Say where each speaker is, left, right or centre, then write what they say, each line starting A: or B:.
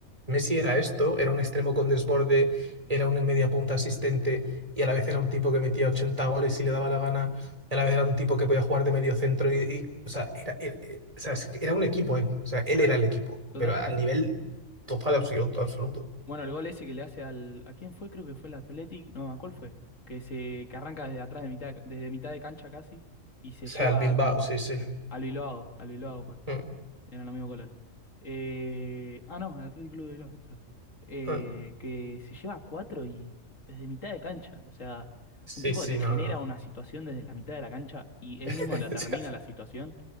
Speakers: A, on the right (about 25°); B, on the left (about 65°).
A: Messi era esto, era un extremo con desborde, era un media punta asistente y a la vez era un tipo que metía 80 goles si le daba la gana, y a la vez era un tipo que podía jugar de medio centro y... y, o sea, era, era, eh, o sea, es que era un equipo él, o sea, él
B: Claro,
A: era el equipo,
B: totalmente.
A: pero al nivel total, absoluto, absoluto.
B: Bueno, el gol ese que le hace al... ¿A quién fue? Creo que fue el Athletic. No, ¿a cuál fue? Que se, que arranca desde atrás de mitad, desde mitad de cancha casi y se
A: sea,
B: lleva
A: el Bilbao,
B: como
A: sí,
B: a,
A: sí.
B: a lo Iloao, a lo Iloao
A: Mm,
B: Eran los mismos colores. Eh, ah, no, el Atlético Club de Bilbao. claro. Eh,
A: mm.
B: que se lleva a cuatro y desde mitad de cancha. O sea,
A: Sí,
B: un tipo
A: sí,
B: que te
A: no,
B: genera
A: no.
B: una situación desde la mitad de la cancha y
A: <laughs>
B: él mismo la termina
A: O sea,
B: la situación.